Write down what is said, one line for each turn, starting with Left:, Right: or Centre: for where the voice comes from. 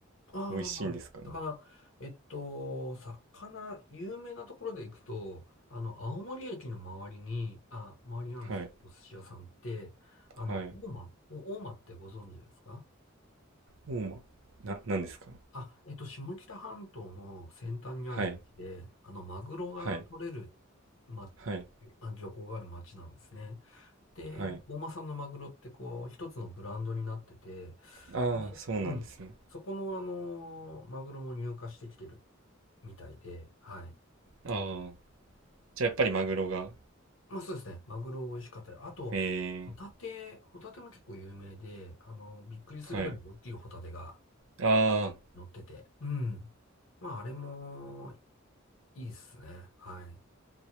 Left: ああ、
Right: 美味しいんですかね。
Left: 魚、えっと、魚、有名なところで行くと、あの、青森駅の周りに、あ、周りにあるお寿司屋さんって、
Right: はい。
Left: あの、
Right: はい。
Left: 大間、お大間ってご存知ですか
Right: ウォーマーな、なんですか
Left: あ、えっと、下北半島の先端にある町で、
Right: はい。
Left: あの、マグロが取れる、
Right: はい。
Left: ま、
Right: はい。
Left: あ漁港がある町なんですね。で、
Right: はい。
Left: 大間産のマグロってこう、一つのブランドになってて、
Right: ああ、
Left: そうん。
Right: そうなんですね。
Left: そこのあのマグロも入荷してきてるみたいで、はい。
Right: ああ。じゃあやっぱりマグロが。
Left: まあそうですね。マグロ美味しかったり。あと、
Right: ええ
Left: ホタテ、ホタテも結構有名で、あの、びっくりするぐらい大きいホタテが
Right: はい。ああ。
Left: 乗ってて。うん。まああれもいいっすね。はい。